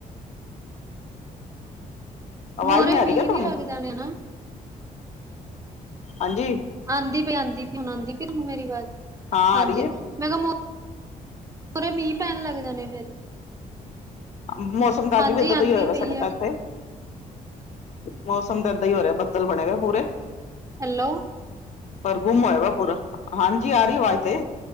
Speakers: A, on the left (about 50°); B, on the right (about 20°).
A: ਆਵਾਜ਼
B: ਮੋਹਰੇ
A: ਨੀ ਆ
B: ਮੀਂਹ
A: ਰਈ ਤਾਨੂੰ,
B: ਵੀ ਲੱਗ ਜਾਣੇ ਨਾ
A: ਹਾਂਜੀ।
B: ਆਂਦੀ ਪਈ-ਆਂਦੀ ਪਈ ਹੁਨ ਆਂਦੀ ਫੇਰ ਹੁਨ ਮੇਰੀ ਆਵਾਜ਼,
A: ਹਾਂ
B: ਹਾਂਜੀ
A: ਆ ਰਹੀ ਹੈ
B: ਮੈਂ ਕਿਹਾ ਮੂਰੇ ਮੀਂਹ ਪੈਨ ਲੱਗ ਜਾਨੇ ਫਿਰ
A: ਮੌਸਮ ਦਾ ਅੱਜ
B: ਹਾਂਜੀ
A: ਵੀ ਏਦਾਂ
B: ਆਂਦੀ
A: ਦਾ ਈ ਹੋਇਆ ਵੇ ਸਾਡੇ
B: ਪਈ ਹੈ
A: ਤਾਂ ਏਥੇ ਮੌਸਮ ਤਾਂ ਏਦਾਂ ਈ ਹੋ ਰਿਆ ਬੱਦਲ ਬਣੇ ਹੋਏ ਪੂਰੇ।
B: ਹੈਲੋ
A: ਪਰ ਗੁੰਮ ਹੋਏਆ ਦਾ ਪੂਰਾ। ਹਾਂਜੀ ਆਰੀ ਐ ਆਵਾਜ਼ ਤੇ,